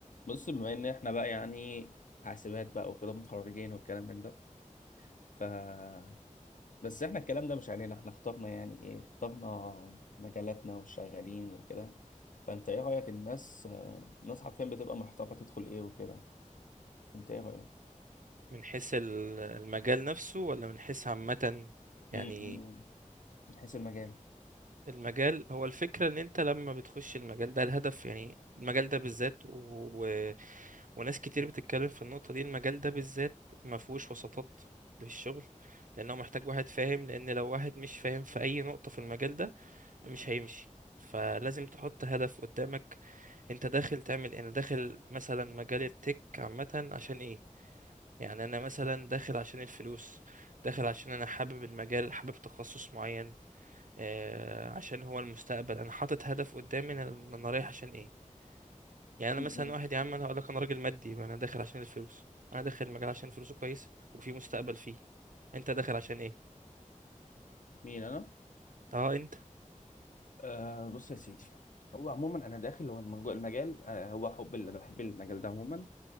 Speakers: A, on the left (about 70°); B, on the right (about 75°).
A: بص بما ان احنا بقى يعني حاسبات بقى وكده متخرجين والكلام من ده ف بس احنا الكلام ده مش علينا احنا اخترنا يعني ايه اخترنا مجالاتنا والشغالين وكده فانت ايه رأيك الناس آه، الناس حرفيا بتبقى محتاره تدخل ايه وكده انت ايه رأيك
B: من حيث ال- المجال نفسه ولا من حيث عامة
A: م-
B: يعني
A: م- من حيث المجال
B: المجال هو الفكرة ان انت لما بتخش المجال ده الهدف يعني المجال ده بالذات و... و... وناس كتير بتتكلم في النقطة دي المجال ده بالذات ما فيهوش وسطات في الشغل لانه محتاج واحد فاهم لان لو واحد مش فاهم في اي نقطة في المجال ده مش هيمشي فلازم تحط هدف قدامك انت داخل تعمل ايه؟ انا داخل مثلا مجال التك عامة عشان ايه يعني انا مثلا داخل عشان الفلوس داخل عشان انا حابب المجال حابب تخصص معين آه، عشان هو المستقبل انا حاطط هدف قدامي انا أنا رايح عشان ايه يعني انا
A: م-
B: مثلا
A: م.
B: واحد يا عم انا هقول لك انا راجل مادي ما انا داخل عشان الفلوس انا داخل المجال عشان فلوسه كويس وفي مستقبل فيه انت داخل عشان ايه
A: مين انا
B: اه انت
A: آه بص يا سيدي هو عموما انا داخل هو المج- المجال آه هو حب اللي انا بحب المجال ده عموما